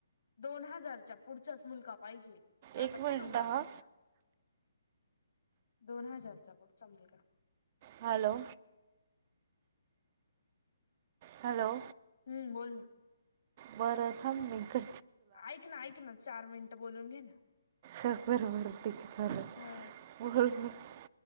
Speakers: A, on the left; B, on the right.
A: दोन हजारच्या पुढच्याच मुलगा पाहिजे, आता
B: एक मिनिट
A: कुठून आणायचा?
B: हा
A: दोन हजारचा पुढचा मुलगा.
B: हॅलो! हॅलो!
A: हम्म बोल ना.
B: बरं थांब मी कर
A: ऐक ना ऐक ना! चार मिनिटं बोलून घे ना.
B: बर बर ठीक आहे चाललं.
A: हा
B: <unintelligible>